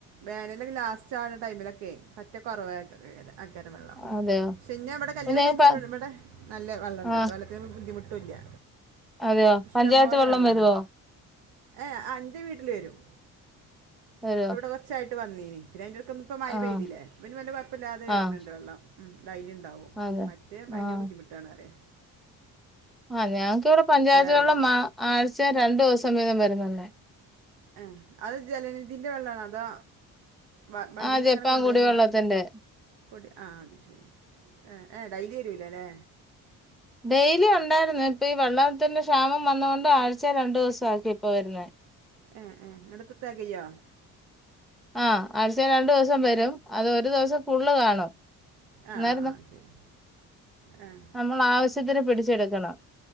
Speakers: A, on the right; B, in the centre.
A: വേനൽലൊക്കെ ലാസ്റ്റ് ആവ്ണ ടൈമിലൊക്കെ പറ്റെ കൊറവേ കാര ആക്കാരം വെള്ളം.
B: അതെയോ
A: പക്ഷെ ഇന്നെ ഇവടെ കല്യാണം
B: പിന്നെ
A: കഴിച്ച
B: പ
A: ഇവടെ നല്ല വെള്ളണ്ട്ട്ടോ
B: ആഹ്
A: വെള്ളത്തിനു ബുദ്ധിമുട്ടുല്ല്യ.
B: അതെയോ
A: ഇഷ്ട്ടംപോലെ
B: പഞ്ചായത്ത് വെള്ളം
A: വെള്ളാണ്.
B: വരുവോ
A: ഏഹേഹെ. ആഹ് ഇൻ്റെ വീട്ടിൽ വരും.
B: വരുവോ
A: ഇപ്പെവടെ കൊർച്ചായിട്ട് വന്നീനി. പിന്നെ അയിന്റെട്ക്കൊന്ന് ഇപ്പം മഴ
B: ആഹ്
A: പെയുതില്ലേ. അപ്പപിന്നെ വല്ല്യ കുഴപ്പല്ലാതെ വര്ന്ണ്ട്
B: ആഹ്
A: വെള്ളം. ഉം ഡെയ്ലി ണ്ടാവും.
B: അതെ
A: മറ്റേ ഭയങ്കര
B: ആഹ്
A: ബുദ്ധിമുട്ടാണ് പറ്യാ.
B: ആഹ് ഞങ്ങക്ക് ഇവടെ പഞ്ചായത്ത്
A: അറിയേ
B: വെള്ളം മാ ആഴ്ചേ രണ്ടു ദിവസം വീതം വരുന്നെന്നേ.
A: ഏഹ് അത് ജലനിധിന്റെ വെള്ളാണോ അതോ വ മണ്ടീലങ്ങനെ
B: ആഹ് ജപ്പാൻ
A: കൊണ്ടുവര്നെ
B: കുടിവെള്ളത്തിന്റെ
A: കുടി ആഹ് അത് ശരി. ഏഹ്, ഏഹ് ഡെയ്ലി വരൂല്ല ല്ലേ.
B: ഡെയ്ലി ഉണ്ടായിരുന്നു ഇപ്പ ഈ വെള്ളത്തിന്റെ ക്ഷാമം വന്നത്കൊണ്ട് ആഴ്ചേ രണ്ടു ദിവസം ആക്കി ഇപ്പോ വരുന്നേ.
A: ഏഹ് ഏഹ് ഇന്നട്ടെത്താ തെകയോ?
B: ആഹ് ആഴ്ചേ രണ്ടു ദിവസം വരും അത് ഒരു ദിവസം ഫുള്ള് കാണും.
A: ആഹ്
B: അന്നേരം
A: ആഹ്
B: ന-
A: ആഹ് ശരി. ഏഹ്.
B: നമ്മൾ ആവശ്യത്തിന് പിടിച്ചെടുക്കണം.